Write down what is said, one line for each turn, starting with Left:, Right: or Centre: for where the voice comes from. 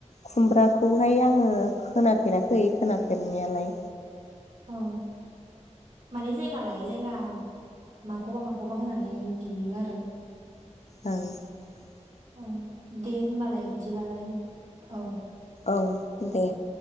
Left: खुमब्राखौहाय आङो खोनाफेराखै खोनाफेरनायालाय
Right: औ माने जायगा लायै जायगा माखौबा माखौबा होनानै देयो आरो
Left: औ
Right: औ दे होनबालाय बिदिबालाय औ
Left: औ दे